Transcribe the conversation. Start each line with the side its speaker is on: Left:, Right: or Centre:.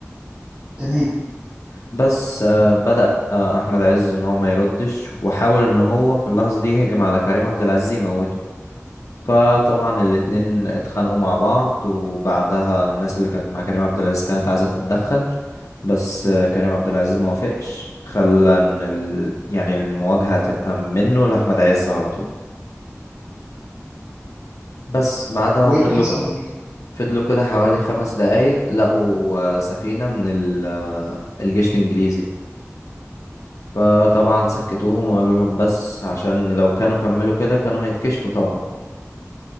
Right: تمام
Left: بس آه، بدأ آه، احمد عز ان هو ما يردش وحاول ان هو في اللحظة دي يهجم على كريم عبد العزيز يموته فطبعا الاتنين اتخانقوا مع بعض وبعدها الناس اللي كانت مع كريم عبد العزيز كانت عايزة تتدخل بس آه، كريم عبد العزيز ما وافقش خلى ان ال... يعني المواجهة تبقى منه لأحمد عز على طول بس بعدها
Right: وايه
Left: فضلوا
Right: اللي حصل بعد كده
Left: فضلوا كده حوالي خمس دقايق لقوا آه، سفينة من ال... آه، الجيش الإنجليزي فطبعا سكتوهم وقالوا لهم بس عشان لو كانوا كملوا كده كانوا هيتكشفوا طبعا